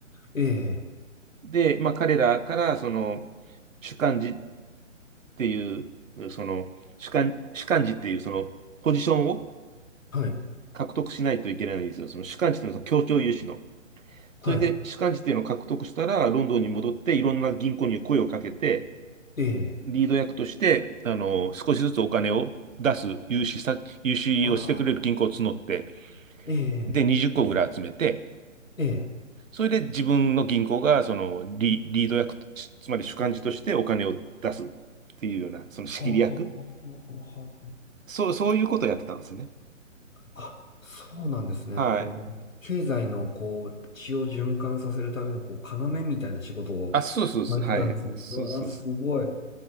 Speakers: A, on the left; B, on the right.
A: ええ、
B: で、まあ、彼らから、その、主幹事っていう、その、主幹、主幹事っていう、その、ポジションを
A: はい。
B: 獲得しないといけないんですよ。その主幹事っていうのは、その協調融資の。
A: はい。
B: それで、主幹事っていうのを獲得したら、ロンドンに戻って、いろんな銀行に声をかけて、
A: ええ、
B: リード役として、あの、少しずつお金を出す、融資さ、融資をしてくれる銀行を募って、
A: ああ、ええ、
B: で、20個ぐらい集めて、
A: ええ、
B: それで自分の銀行がそのリ、リード役し、つまり主幹事としてお金を出すっていうような、その仕切り役。
A: ほうほうほうほうほうほうほう。
B: そう、そういうことをやってたんですよね。
A: あ、そうなんですね。
B: はい。
A: こう、もう経済の、こう、血を循環させるための、こう、要みたいな仕事をされてたんですね。
B: あ、そうそうそう。はい。そうそうそ
A: うわあ、すごい。